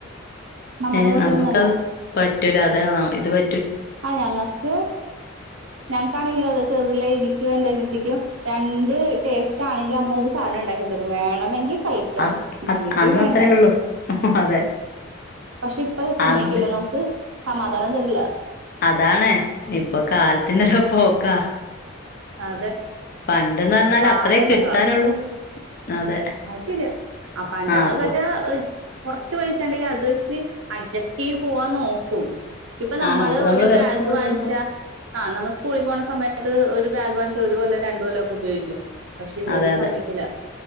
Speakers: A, on the right (about 80°); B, on the left (about 45°).
A: നമ്മടെ
B: ഏഹ്
A: പോലെയൊന്നുമല്ല
B: നമുക്കത് പറ്റൂല അത ഇത് പ
A: ആഹ് ഞങ്ങക്ക് ഞങ്ങക്കാണെങ്കിലോ അതെ ചെറുതിലേ എനിക്കും എന്റെ അനിയത്തിക്കും രണ്ട് ടേസ്റ്റ് ആണെങ്കിലും അമ്മ ഒരു സാധനം ഒണ്ടാക്കിത്തരും വേണമെങ്കി കഴിക്കാം
B: അ
A: ഇല്ലെങ്കിൽ
B: അന്നത്രേ
A: വേണ്ട.
B: ഉള്ളൂ അതെ
A: പക്ഷെ ഇപ്പൊ സമ്മയിക്കല്ല
B: അന്നെ
A: നമുക്ക് സമാധാനം തരില്ല.
B: അതാണ് ഇപ്പോ കാലത്തിന്റെരു പോക്കാ.
A: അതെ
B: പണ്ടന്നറഞ്ഞാല്
A: ഒച്ചപ്പാടും
B: അത്ര കിട്ടാനുള്ളൂ.
A: ബഹളവാ
B: അതെ
A: അത് ശെരിയാ ആ പണ്ടെന്നൊക്കെച്ചാ
B: ആഹ് അപ്പൊ
A: കൊറച്ച് പൈസ ഒണ്ടങ്കി അത് വെച്ച് അഡ്ജസ്റ്റ് ചെയ്ത് പോവാന്നോക്കും. ഇപ്പോ നമ്മള്
B: ആഹ് അപ്പൊ
A: ഒരു
B: വിശക്കുമ്പോ
A: ബാഗ് വാങ്ങിച്ച
B: തിന്നും
A: ആഹ് നമ്മള് സ്കൂളിൽ പോണ സമയത്ത് ഒരു ബാഗ് വാങ്ങിച്ച ഒരു കൊല്ലം രണ്ട് കൊല്ലക്കെ ഉപയോഗിക്കും. പക്ഷേ ഇവര്
B: അതെ അതെ
A: സമ്മയിക്കില്ല.